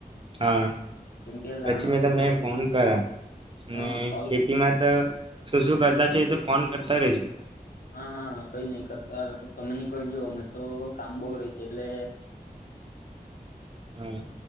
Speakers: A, on the right (about 35°); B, on the left (about 80°).
A: હા,
B: કેમ કે
A: પછી
B: લાનો
A: મેં
B: છે
A: તમને
B: તો પછી
A: ફોન કર્યા અને
B: હા કોલ
A: ખેતીમાં તો શું શું કરતા છે તો ફોન કરતા રેજો.
B: હા હા કઈ નઈ કરતા તમે ન કરજ અમે તો કામ બહુ ર છે એટલે.
A: હમ.